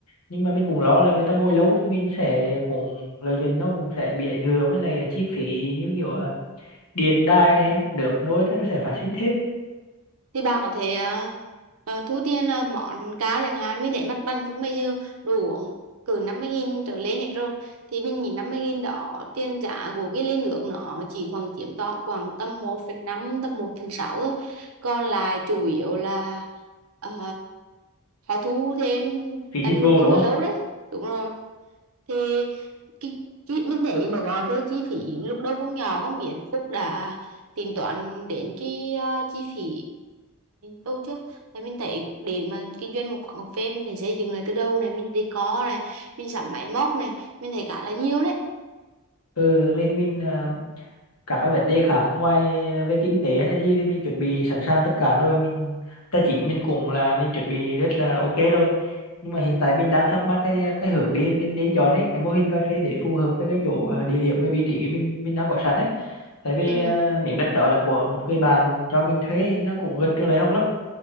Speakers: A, on the left (about 80°); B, on the right (about 75°).
A: nhưng mà mình cũng lo là người ta ngồi lâu thì mình sẽ cũng lợi nhuận nó cũng sẽ bị ảnh hưởng với lại chi phí như kiểu à, điện đài này nước nối thế nó sẽ phát sinh thêm
B: thì bà có thể ờ, ờ, thu tiền ờ, món cao chẳng hạn mình để mặt bằng chúng bây giờ đủ uống cỡ 50.000 trở lên hết rồi thì mình nhìn 50.000 đó tiền giá của cái ly nước nó chỉ khoảng chiếm to khoảng tầm một phần năm tầm một phần 6 thôi còn lại chủ yếu là ờ, họ thu thêm
A: phí
B: tại
A: dịch
B: vì
A: vụ
B: bọn mình
A: đúng
B: ngồi
A: không
B: lâu đấy đúng rồi thì cái, cái mình thấy mà gọi về chi phí lúc đầu không nhỏ không biết Phúc đã tính toán đến cái ờ, chi phí đâu chưa thì mình thấy để mà kinh doanh một quán cà phê mình phải xây dựng lại từ đâu này mình decor này mình sắm máy móc này mình thấy cả là nhiều đấy
A: ừ mình mình à, các cái vấn đề khác ngoài về kinh tế hay là gì thì mình chuẩn bị sẵn sàng tất cả rồi mình tài chính mình cũng là mình chuẩn bị rất là ok rồi nhưng mà hiện tại mình đang thắc mắc cái cái hướng đi mình nên nên chọn ấy cái mô hình cà phê để phù hợp với cái chỗ à, địa điểm và vị trí mình mình đang có sẵn đấy tại vì
B: ừ
A: à, miếng đất đó là của một người bạn cho mình thuê nó cũng gần trường đại học lắm